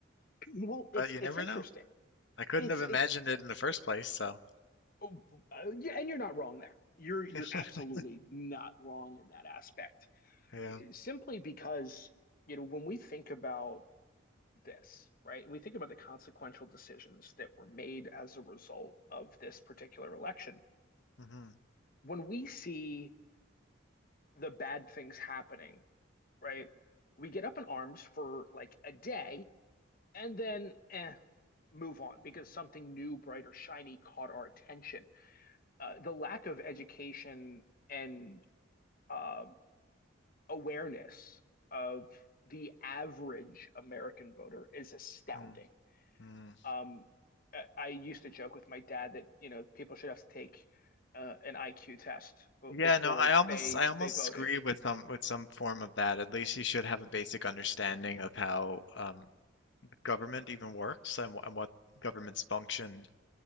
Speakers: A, on the left (about 45°); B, on the left (about 60°).
A: Well,
B: But
A: it's
B: you
A: it's
B: never
A: interesting.
B: know. I couldn't
A: It's
B: have imagined
A: it.
B: it in the first place, so
A: oh, uh, yeah, and you're not wrong there. You're
B: <laughs>
A: you're absolutely not wrong in that aspect.
B: yeah.
A: Eh, Simply because you know when we think about this, right? We think about the consequential decisions that were made as a result of this particular election.
B: hmm
A: When we see the bad things happening, right? We get up in arms for like a day and then eh, move on because something new, bright, or shiny caught our attention. Uh, the lack of education and uh, awareness of the average American voter is astounding.
B: mm mm.
A: Um, I, I used to joke with my dad that you know people should have to take uh, an IQ test b
B: Yeah,
A: before
B: no, I almost
A: they
B: I almost
A: they voted.
B: agree with some with some form of that. At least you should have a basic understanding of how um, government even works and, wh- and what government's function